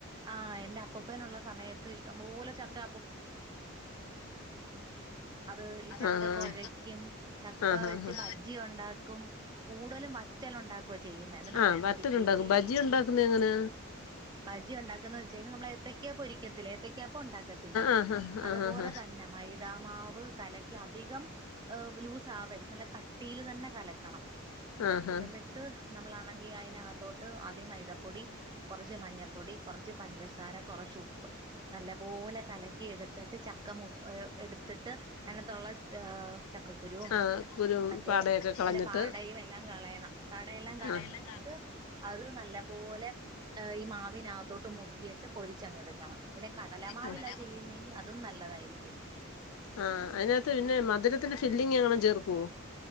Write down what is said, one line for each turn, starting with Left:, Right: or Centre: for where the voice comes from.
Right: ആഹ് എന്റെ അപ്പൂപ്പനുള്ള സമയത്ത് ഇഷ്ടംപോലെ ചക് അത് ഈ ചക്ക
Left: ആഹ്
Right: കൊഴക്കും ചക്ക
Left: ആഹ്
Right: വെച്ച്
Left: ആഹ് ആഹ്
Right: ഭജ്ജിയുണ്ടാക്കും കൂടുതലും വറ്റലുണ്ടാക്കും ക്കൊവ ചെയ്യുന്നെ എന്നട്ട്
Left: ആഹ്
Right: പഴിപ്പിക്കേയും
Left: വറ്റലുണ്ടാക്കും
Right: ചെയ്യും
Left: ബജി ഉണ്ടാക്കുന്നത് എങ്ങനാ
Right: പയ് - ജി ഉണ്ടാക്കുന്നെ വെച്ചയ്ഞ നമ്മളേ ക്ക്യ പൊരിക്കത്തില്ലെ ഏത്യക്ക്യാ പ്പുണ്ടാക്കത്തില്ലേ
Left: ആഹ് ആഹ്
Right: അതുപോലെ
Left: ആഹ് ആഹ് ആഹ്
Right: തന്നെ മൈതാമാവ് വ് കലക്കി അധികം ലൂസ് ആവര് നല്ല കട്ടിയില് തന്നെ കലക്കണം
Left: ആഹ്
Right: എന്നിട്ട് നമ്മളാണെങ്കി അയിനകത്തോട്ട് ആദ്യം മൈതപ്പൊടി കൊറച്ച് മഞ്ഞപ്പൊടി കൊറച്ച് പഞ്ചസാര കൊറ ച്ചുപ്പ് നല്ല പോലെ കലക്കി എടുത്തിട്ട് ചക്ക മു എടുത്തിട്ട് അയിനെ തൊള്ള ഏഹ് ചക്കക്കുരുവും
Left: ആഹ് ആഹ് കുരു
Right: മറ്റേ
Left: പാടയൊക്കെ കളഞ്ഞിട്ട്
Right: അയിന്റെ പാടയും എല്ലാം കളയണം പാടയെല്ലാം കളഞ്ഞിട്ട്
Left: ആഹ്
Right: അത് നല്ല പോലെ ഈ മാവിനകത്തോട്ട് മുക്കിയിട്ട് പൊരി ചങ്ങെടുക്കണം പിന്നെ കടലമാവില
Left: ഓഹ്
Right: ചെയ്യുന്നതെങ്കി അതും നല്ലതായിരി രിക്കും
Left: ആഹ അയ്നകത്ത് പിന്നെ മധുരത്തിന്റെ ഫില്ലിങ് എങ്ങണം ചേർക്കോ